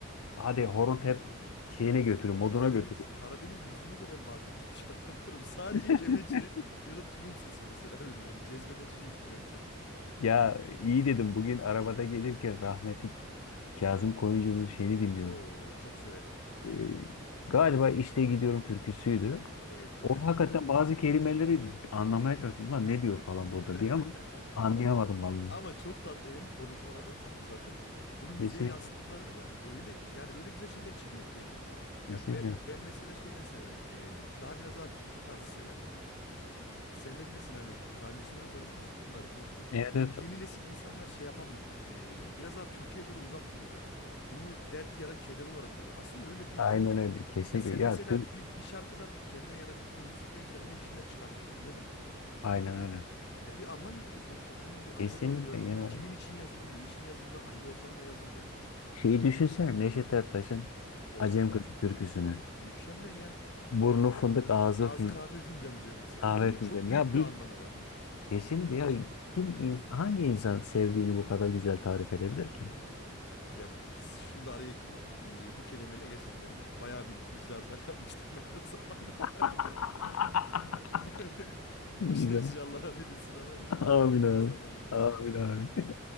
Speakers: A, on the left (about 85°); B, on the left (about 50°).
A: hadi horon tep şeyine götürüyor, moduna
B: Karadeniz,
A: götürüyor.
B: Karadeniz müziğinde de ben bazen hiçbir şey <laughs> anlamıyorum. Sadece
A: <laughs>
B: kemençe ya da tulum sesi mesela böyle beni cezbeden şey bu bence.
A: Ya iyi dedim bugün arabada gelirken rahmetli Kazım Koyuncu'nun şeyini dinliyorum.
B: Oo çok severim.
A: Ee, galiba işte gidiyorum türküsüydü.
B: Evet.
A: O hakikaten bazı kelimeleri anlamaya çalıştım. Ulan ne diyor falan burada
B: <laughs>
A: diye ama anlayamadım vallahi.
B: Ama çok tatlı hem konuşmaları da tatlı zaten. Bunu müziğe
A: Kesinlikle.
B: yansıttıklarında öyle yani öyle güzel şeyler çıkıyor ki.
A: Kesinlikle.
B: Ya ben, ben mesela şeyleri severim. Ee, daha biraz daha türkü tarzı severim. Ee, Sen de bilirsin hani daha öncesinde de konuşmuştuk bunları. Bu
A: Evet evet.
B: yeni, yeni nesil insanlar şey yapamıyor. Ee, biraz daha Türkiye'ye böyle uzak duruyorlar. Bunu dert ya da keder olarak görüyor. Aslında öyle değil.
A: Aynen öyle. Kesinlikle.
B: Ya sen mesela
A: Ya tüm
B: bir, bir şarkıdan kendine ya da bir müzikten kendine bir şeyler çıkartıyorsun değil mi?
A: aynen öyle.
B: Ya bir anlam yüklüyor sonuçta. Bunun bir
A: Kesinlikle
B: anlamı oluyor.
A: ya.
B: Kimin için yazıldı, ne için yazıldı, hangi ortamda yazıldı.
A: Şeyi düşünsene Neşet Ertaş'ın
B: Oo,
A: Acem Kızı türküsünü.
B: mükemmel ya.
A: Burnu fındık ağzı
B: Ağzı
A: fi-
B: kahve fincanı diyor mesela.
A: kahve
B: Bunun çok
A: fincanı. Ya
B: büyük bir
A: bir
B: anlamı var.
A: Kesin veya kim ins- hangi insan sevdiğini bu kadar güzel tarif edebilir ki?
B: Evet. Ya bu- şunu da araya ekleyeyim. Ee, bu kelimeyle gerçekten bayağı bir icraatlar yapmışlar <laughs> zamanında.
A: <laughs>
B: <laughs>
A: Güzel.
B: Neşet Ertaş'ı Allah rahmet etsin ama iyi kullandım
A: Amin
B: yani
A: abi.
B: zamanında.
A: Amin
B: <laughs>
A: abi.